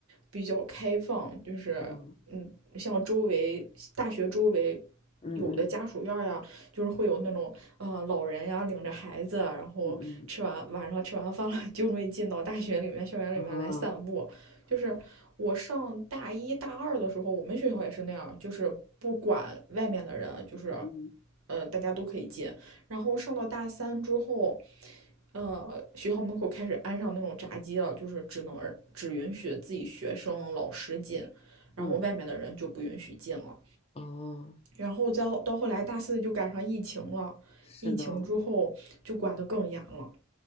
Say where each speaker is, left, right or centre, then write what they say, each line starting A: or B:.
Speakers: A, on the right (about 80°); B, on the left (about 25°).
A: 比较开放，就是嗯，
B: 嗯
A: 像周围大学周围。
B: 嗯嗯
A: 有的家属院呀，就是会有那种呃老人呀领着孩子，然后吃完晚上吃完饭了
B: 嗯嗯嗯
A: <laughs> 就会进到大学里面校园里面来散步，
B: 嗯啊
A: 就是我上大一大二的时候，我们学校也是那样，就是不管外面的人，就是，
B: 嗯
A: 呃，大家都可以进。然后上到大三之后，呃，学校门口开始安上那种闸机了，就是只能只允许自己学生、老师进，
B: 嗯嗯
A: 然后外面的人就不允许进了。
B: 哦，
A: 然后再到后来大四就赶上疫情了，
B: 是的，
A: 疫情之后就管得更严了。